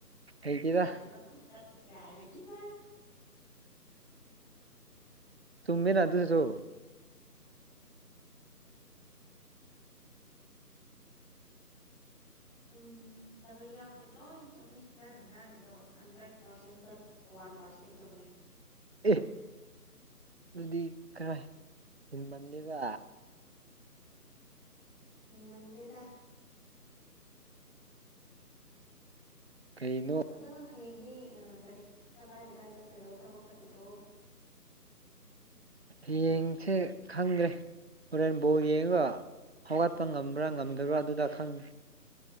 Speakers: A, on the right; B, in the centre.
A: ꯍꯩꯇꯦꯗ
B: ꯆꯗꯤꯔ ꯈꯪ ꯆꯠꯁꯤ ꯀ ꯍꯥꯏꯅ ꯏꯃꯥ
A: ꯆꯨꯃꯦꯅꯥ ꯑꯗꯨꯁꯨ
B: ꯆꯨꯝꯗꯕ ꯌꯥꯎꯗꯦ ꯂꯣꯏ ꯆꯨꯝꯃꯤ ꯅꯪꯅ ꯉꯥꯡꯉꯤꯗꯣ ꯍꯟꯗ꯭ꯔꯦꯠ ꯄꯥꯔꯁꯦꯟꯗ ꯋꯥꯟ ꯄꯔꯁꯦꯟ ꯆꯨꯝꯃꯦ
A: ꯑꯦ ꯑꯗꯨꯗꯤ ꯈꯔ ꯍꯤꯟꯃꯜꯂꯤꯗ
B: ꯍꯦꯟꯃꯟꯗꯦꯗꯥ
A: ꯀꯩꯩꯅꯣ
B: ꯑꯗꯣ ꯅꯪ ꯍꯌꯦꯡꯗꯤ ꯀꯥꯔꯤ ꯀꯗꯥꯏ ꯀꯗꯥꯏ ꯆꯠꯇꯣꯏꯔꯣ ꯊꯕꯛ ꯆꯠꯀꯗ꯭ꯔꯣ
A: ꯍꯌꯦꯡꯁꯦ ꯈꯪꯗꯔ꯭ꯦ ꯍꯣꯔꯦꯟ ꯕꯣꯜ ꯌꯦꯡꯉꯒ ꯍꯧꯒꯠꯄ ꯉꯝꯕ꯭ꯔꯥ ꯉꯝꯗꯕ꯭ꯔꯥ ꯑꯗꯨꯗ ꯈꯪꯅꯤ